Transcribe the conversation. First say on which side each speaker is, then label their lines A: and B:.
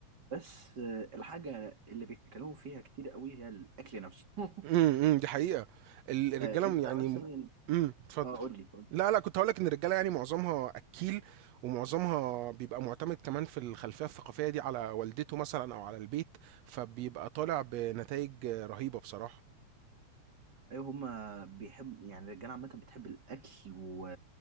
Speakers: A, on the right; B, on the right.
A: بس آه، الحاجة اللي بيتكلموا فيها كتير قوي هي الأكل نفسه <laughs>
B: إمم، إمم، دي حقيقة. ال الرجالة
A: آه، أنت
B: م يعني
A: مثلا
B: م إمم، اتفضل.
A: أه قول لي قول لي
B: لا، لأ، كنت هاقول لك إن الرجالة يعني معظمها أكّيل، ومعظمها بيبقى مُعتمد كمان في الخلفية الثقافية دي على والدته مثلًا أو على البيت، فبيبقى طالع بنتايج رهيبة بصراحة.
A: أيوه هما بيحب يعني الرجالة عامة بتحب الأكل و...